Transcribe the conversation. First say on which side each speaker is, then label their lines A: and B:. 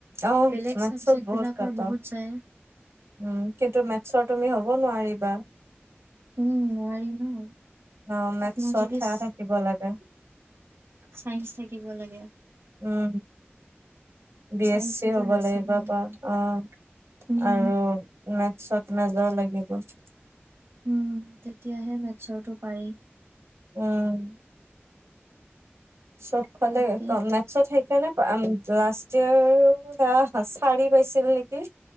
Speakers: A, on the right (about 85°); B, on the right (about 60°).
A: অঁহ
B: বেলেগ
A: মেথছত
B: চাবজেক্ট
A: বহুত
B: বিলাকৰ
A: কাট
B: বহুত যায়।
A: উম কিন্তু মেথছৰ তুমি হ'ব নোৱাৰিবা
B: উম নোৱাৰি ন
A: অঁ মেথছত
B: আপোনাৰ যদি
A: সেয়া
B: চ
A: থাকিব লাগে
B: চাইন্স থাকিব লাগে
A: উম বি
B: চাইন্সটোতো
A: এছ চি হ'ব
B: নাছিলে
A: লাগিব
B: মোৰ।
A: প অঁ
B: উম।
A: আৰু মেথছত মেজৰ লাগি বিয়েটো
B: উম ', তেতিয়াহে মেছৰটো পাৰি।
A: উম', চবফালে
B: তাকে
A: কম মেথছত সেই কেনে অ', লাষ্ট ইয়াৰ আহ ', চাৰি পাইছিল নেকি